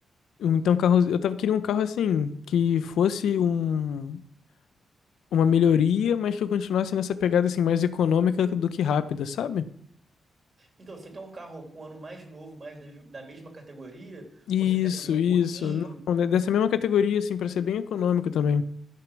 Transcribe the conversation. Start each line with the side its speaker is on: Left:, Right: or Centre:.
Left: Então, carro, eu tava queria um carro assim, que fosse um, uma melhoria, mas que eu continuasse nessa pegada assim mais econômica do que rápida, sabe?
Right: Então, você quer um carro com um ano mais novo, mais da da mesma categoria?
Left: Isso,
Right: Ou você quer subir um
Left: isso.
Right: pouquinho?
Left: Não, né, dessa mesma categoria, assim, para ser bem econômico também.